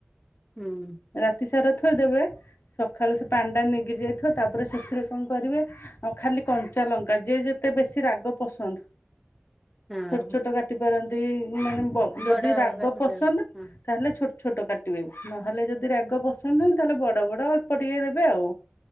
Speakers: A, in the centre; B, on the left.
A: ହୁଁ।
B: ରାତି ସାରା ଥୋଇ ଦେବେ ସକାଳୁ ସେ ପାଣିଟା ନିଗିରି ଯାଇଥିବ ତାପରେ ସେଥିରେ କଣ କରିବେ ଆଉ ଖାଲି କଞ୍ଚାଲଙ୍କା ଯିଏ ଯେତେ ବେଶୀ ରାଗ ପସନ୍ଦ
A: ହଁ
B: ଛୋଟ ଛୋଟ କାଟି ପାରନ୍ତି ମାନେ ଯଦି
A: ବଡ
B: ରାଗ
A: କାଠିଟାରେ
B: ପସନ୍ଦ
A: ହଁ
B: ତାହେଲେ ଛୋଟ ଛୋଟ କାଟିବେ ନହେଲେ ଯଦି ରାଗ ପସନ୍ଦ ନାୁଁ ତାହେଲେ ବଡ଼ ବଡ଼ ଅଳ୍ପ ଟିକେ ଦେବେ ଆଉ।